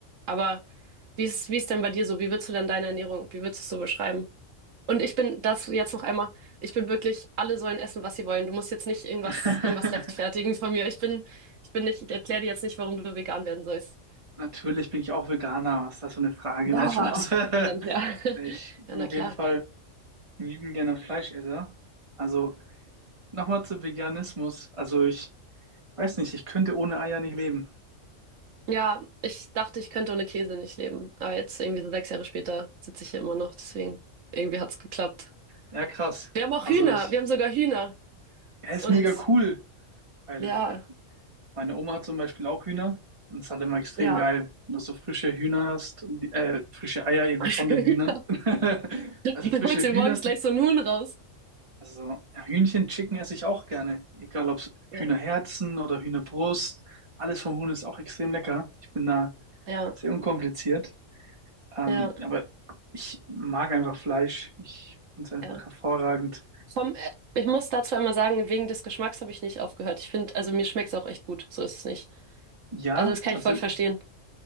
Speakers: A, on the right (about 75°); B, on the right (about 25°).
A: Aber wie ist, wie ist denn bei dir so? Wie würdest du denn deine Ernährung, wie würdest du es so beschreiben? Und ich bin dazu jetzt noch einmal, ich bin wirklich, alle sollen essen, was sie wollen. Du musst jetzt nicht irgendwas,
B: <laughs>
A: irgendwas rechtfertigen von mir. Ich bin, ich bin nicht, ich erkläre dir jetzt nicht, warum du vegan werden sollst.
B: Natürlich bin ich auch Veganer. Was ist das für eine Frage?
A: Ja,
B: Nein, Spaß.
A: oh,
B: <laughs>
A: Mensch, ja. <laughs>
B: Nee, Ich bin
A: Ja, na
B: auf
A: klar.
B: jeden Fall ein lieben gerne Fleischesser. Also nochmal zu Veganismus. Also ich weiß nicht, ich könnte ohne Eier nicht leben.
A: Ja, ich dachte, ich könnte ohne Käse nicht leben. Aber jetzt irgendwie so sechs Jahre später sitze ich hier immer noch. Deswegen, irgendwie hat's geklappt.
B: Ja, krass.
A: Wir haben auch
B: Also
A: Hühner.
B: ich,
A: Wir haben sogar Hühner.
B: er ist
A: Und
B: mega cool, weil
A: ja,
B: Meine Oma hat zum Beispiel auch Hühner und es ist halt immer extrem
A: ja,
B: geil, wenn du so frische Hühner hast, und die- äh, frische Eier eben
A: <laughs> Hühner.
B: von den Hühnern. <laughs>
A: Du
B: Also frische
A: holst dir
B: Hühner
A: morgens
B: sind,
A: gleich so einen Huhn raus.
B: also ja, Hühnchen, Chicken esse ich auch gerne. Egal ob
A: Ja,
B: Hühnerherzen oder Hühnerbrust, alles vom Huhn ist auch extrem lecker. Ich bin da
A: ja,
B: sehr unkompliziert. Ähm,
A: ja,
B: aber ich mag einfach Fleisch. Ich finde es einfach
A: ja.
B: hervorragend.
A: Vom, äh, ich muss dazu einmal sagen, wegen des Geschmacks habe ich nicht aufgehört. Ich finde, also mir schmeckt's auch echt gut. So ist es nicht.
B: Ja,
A: Also das kann
B: also
A: ich voll verstehen.